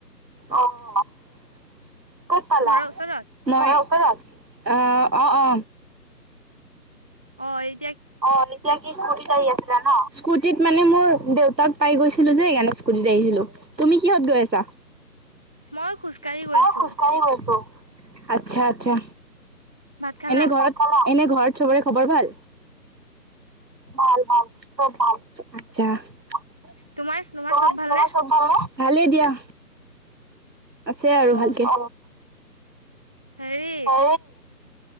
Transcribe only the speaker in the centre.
ঘৰৰ ওচৰত?
অ এই
মই খোজকাঢ়ি গৈ
আছো।
ভাত খালা?
তোমাৰ তোমাৰ ভালনে?
অ'।
হেৰি